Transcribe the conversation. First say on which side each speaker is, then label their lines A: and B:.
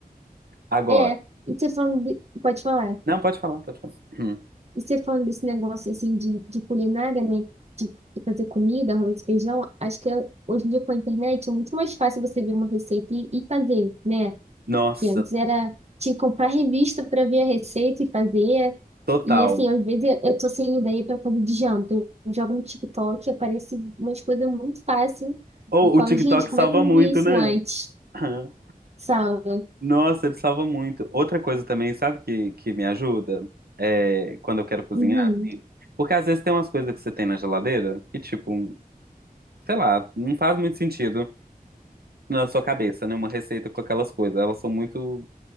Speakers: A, on the right; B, on the right.
A: Agora.
B: É, e você falando de- pode falar.
A: Não, pode falar, pode falar. Hum.
B: E você falando desse negócio assim de, de culinária, né? De, de fazer comida, arroz, feijão, acho que eu- hoje em dia com a internet é muito mais fácil você ver uma receita e, e fazer, né?
A: Nossa,
B: Que antes era tinha que comprar revista para ver a receita e fazer.
A: total.
B: E assim, às vezes eu eu tô sem ideia para fazer de janta. Eu jogo no TikTok, aparece umas coisas muito fáceis.
A: Ou
B: Eu falo,
A: o TikTok
B: gente, como
A: salva
B: é que eu não
A: muito,
B: vi isso
A: né?
B: antes?
A: Aham.
B: Sabe?
A: Nossa, ele salva muito. Outra coisa também, sabe que, que me ajuda? É quando eu quero cozinhar,
B: Uhum,
A: assim. Porque às vezes tem umas coisas que você tem na geladeira que, tipo, sei lá, não faz muito sentido na sua cabeça, né? Uma receita com aquelas coisas. Elas são muito